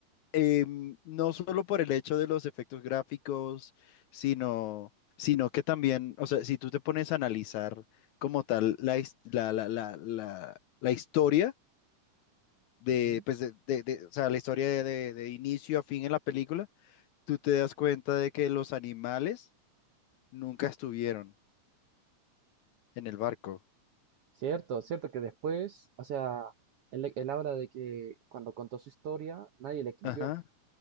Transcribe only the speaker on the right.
Ujú.
Cierto, cierto que después, o sea, él, él habla de que cuando contó su historia, nadie le creyó.